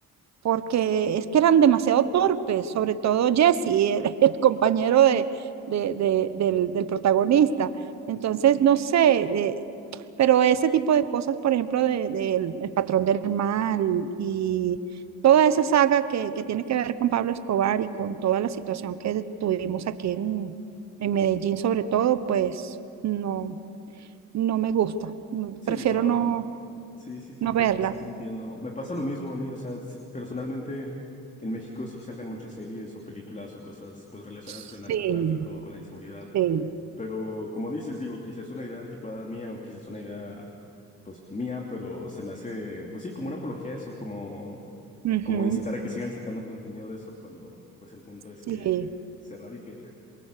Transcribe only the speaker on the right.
porque es que eran demasiado torpes, sobre todo Jesse, <laughs> el, el compañero de, de- de- del, del protagonista. Entonces, no sé, de- pero ese tipo de cosas, por ejemplo, de, del- El patrón del mal y toda esa saga que, que tiene que ver con Pablo Escobar y con toda la situación que tuvimos aquí en, en Medellín, sobre todo, pues no, no me gusta. No-
Prefiero
no,
no
verla.
Sí,
sí.
Ujú.
Sí.